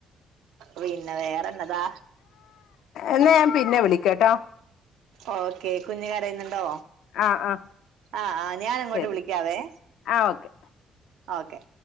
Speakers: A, on the right; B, on the left.
A: പിന്നെ വേറെന്നതാ
B: എന്നാ ഞാൻ പിന്നെ വിളിക്കട്ടോ
A: ഓക്കെ കുഞ്ഞ് കരയുന്നുണ്ടോ
B: ആഹ് ആഹ്
A: ആഹ് ആഹ് ഞാന് അങ്ങോട്ട്
B: ശരി
A: വിളിക്കാവേ
B: ആഹ് ഓക്കെ
A: ഓക്കെ